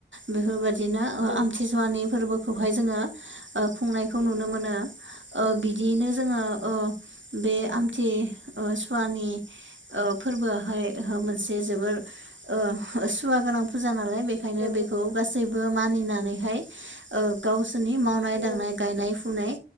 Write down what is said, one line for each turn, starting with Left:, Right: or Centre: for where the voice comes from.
Right: बेफोरबाय दिनो
Left: औ
Right: आमथिसुवानि फोरबोखौहाय जोङो ओ खुंनायखौ नुनो मोनो ओ
Left: औ नंगौ
Right: बिदियैनो जोङो ओ बे आमथि ओ सुवानि ओ फोरबोआहाय मोनसे जोबोर ओ सुवा गोनां फुजा नालाय बेनिखायनो
Left: औ
Right: बेखौ गासैबो मानि नानैहाय ओ गावसोरनि मावनाय
Left: औ
Right: दांनाय गायनाय फुनाय